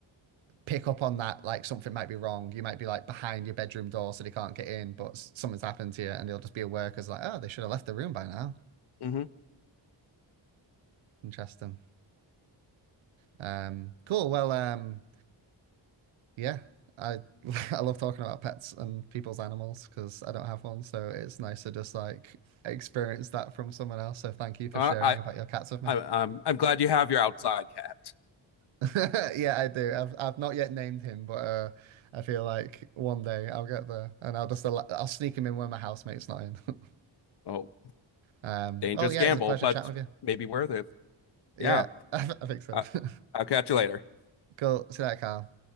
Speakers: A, on the right; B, on the left.
A: pick up on that, like something might be wrong. You might be like behind your bedroom door so they can't get in, but something's happened to you and they'll just be aware because like, oh, they should have left the room by now.
B: Mm-hmm.
A: Interesting. Um, cool. Well, um, Yeah, I <laughs> I love talking about pets and people's animals because I don't have one, so it's nice to just like experience that from someone else. So thank you for
B: Uh,
A: sharing
B: I,
A: about your cats with me.
B: I I'm I'm glad you have your outside cat.
A: <laughs> Yeah, I do. I've I've not yet named him, but uh, I feel like one day I'll get there and I'll just allow, I'll sneak him in when my housemate's not in. <laughs>
B: Oh,
A: Um,
B: dangerous
A: well, yeah,
B: gamble,
A: it's a pleasure
B: but
A: chatting with you.
B: maybe worth it.
A: Yeah,
B: Yeah,
A: <laughs> I, I think so.
B: uh,
A: <laughs>
B: I'll catch you later.
A: Cool. See you later, Carl.